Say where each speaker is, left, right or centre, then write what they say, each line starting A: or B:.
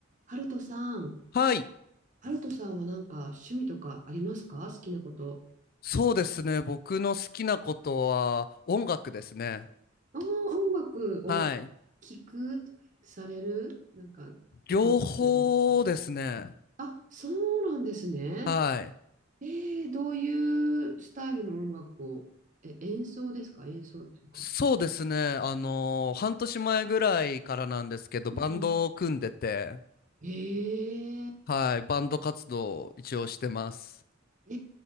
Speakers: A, on the right; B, on the left.
A: ハルトさん、
B: はい。
A: ハルトさんはなんか趣味とかありますか好きなこと。
B: そうですね。僕の好きなことは音楽ですね。
A: ああ、音楽を
B: はい。
A: 聴く、されるなんか音楽をするんですか
B: 両方ですね。
A: あ、そうなんですね。
B: はい。
A: えー、どういうスタイルの音楽を、え、演奏ですか演奏っていうか。
B: そうですね。あのー半年前ぐらいからなんですけど、
A: うんうん。
B: バンドを組んでて、
A: えー、
B: はい。バンド活動を一応してます。
A: え